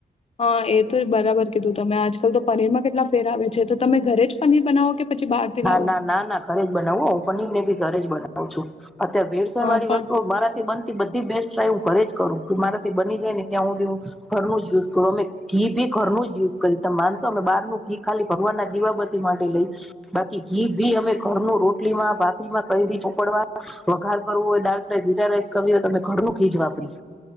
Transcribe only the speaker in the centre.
ના
ના ના ના ઘરે જ બનાવું. હુ પનીરને બી ઘરે જ બનાવું આવજો. અત્યારે ભેડસેડ
વાળી
વસ્તુઓ મારાથી બનતી બધી બેસ્ટ કયાય હું ઘરે જ કરું મારાથી બની જાય ને ત્યાં હું ઘરનું જ યુઝ કરું અમે ઘી ભી ઘરનું જ યુઝ કરી તમ માનશો અમે બહારનું ઘી ખાલી ભગવાનના દીવાબતી માટે લઈ બાકી ઘી ભી અમે ઘરનું રોટલીમાં ભાખરીમાં કઈ ભી ચોપડવા વઘાર કરવું હોય દાલ-ફ્રાય, જીરા-રાઈસ કરવી હોય તો અમે ઘરનું ઘીજ વાપરી